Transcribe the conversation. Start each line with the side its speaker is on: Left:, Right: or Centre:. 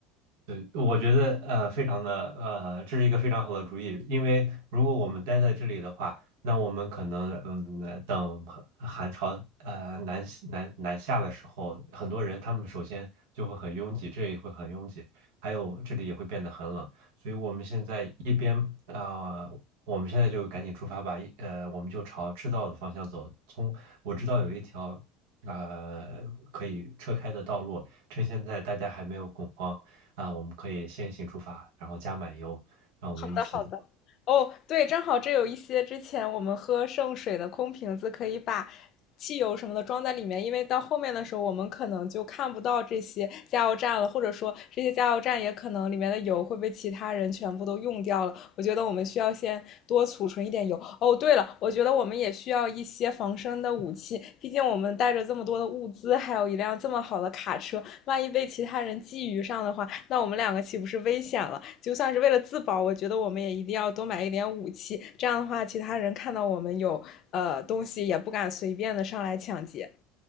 Right: 对，我觉得呃，非常的呃，这是一个非常好的主意，因为如果我们待在这里的话，那我们可能嗯，呃等寒潮朝呃南南南下的时候，很多人他们首先就会很拥挤，这也会很拥挤，还有这里也会变得很冷，所以我们现在一边啊、呃我们现在就赶紧出发吧，一呃，我们就朝赤道的方向走。从我知道有一条呃可以车开的道路，趁现在大家还没有恐慌。啊，我们可以先行出发，然后加满油，让我们一起走
Left: 好的，好的。哦，对，正好这有一些之前我们喝剩水的空瓶子，可以把汽油什么的装在里面，因为到后面的时候，我们可能就看不到这些加油站了，或者说这些加油站也可能里面的油会被其他人全部都用掉了。我觉得我们需要先多储存一点油。哦，对了，我觉得我们也需要一些防身的武器，毕竟我们带着这么多的物资，还有一辆这么好的卡车，万一被其他人觊觎上的话，那我们两个岂不是危险了？就算是为了自保，我觉得我们也一定要多买一点武器。这样的话，其他人看到我们有呃东西，也不敢随便的上来抢劫。